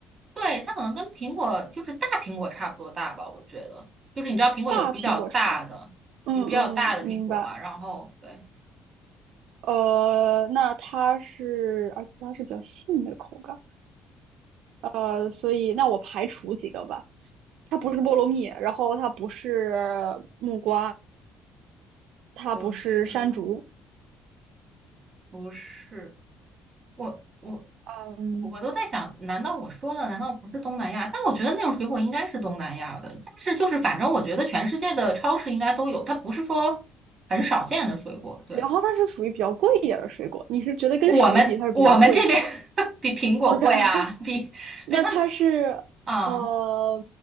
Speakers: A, on the right; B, on the right.
A: 对，它可能跟苹果就是大苹果差不多大吧，我觉得。就是你知道苹果有比较大的，
B: 大苹果超。嗯嗯，
A: 有比较大的苹果嘛，
B: 明白。
A: 然后对，
B: 呃，那它是，而且它是比较细腻的口感。呃，所以那我排除几个吧，它不是菠萝蜜，然后它不是木瓜，它不是山竹。
A: 不是不是，我我
B: 嗯，
A: 我都在想，难道我说的难道不是东南亚？但我觉得那种水果应该是东南亚的，但是就是反正我觉得全世界的超市应该都有，它不是说很少见的水果，对。
B: 然后它是属于比较贵一点的水果。你是觉得跟谁比它是比较贵
A: 我们我们这边 <laughs> 比苹果贵啊，
B: ？OK，<laughs>
A: 比对他们，
B: 那它是呃
A: 嗯，